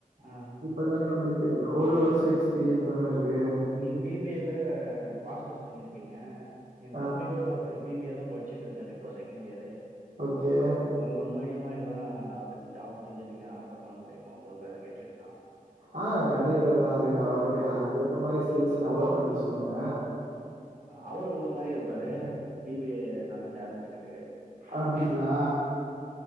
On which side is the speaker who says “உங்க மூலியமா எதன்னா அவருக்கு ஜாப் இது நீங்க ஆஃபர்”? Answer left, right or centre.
Right